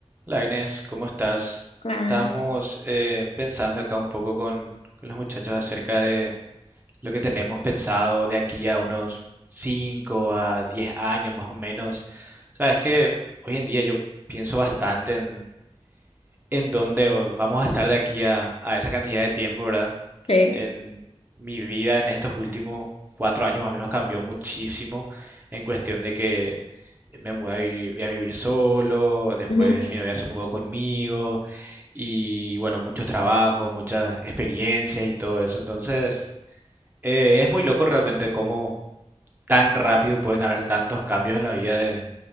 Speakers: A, on the right; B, on the left.
A: Hola Agnes, ¿cómo estás?
B: Ah,
A: Estamos eh, pensando acá un poco con, con los muchachos acerca de lo que tenemos pensado de aquí a unos 5 a 10 años más o menos. Sabes que hoy en día yo pienso bastante en, en dónde vamos a estar de aquí a, a esa cantidad de tiempo, ¿verdad?
B: sí.
A: En mi vida en estos últimos cuatro años más o menos cambió muchísimo en cuestión de que me mudé a, vi- a vivir solo, después
B: Ujú.
A: mi novia se mudó conmigo y bueno, muchos trabajos, muchas experiencias y todo eso. Entonces, eh, es muy loco realmente cómo tan rápido pueden haber tantos cambios en la vida de,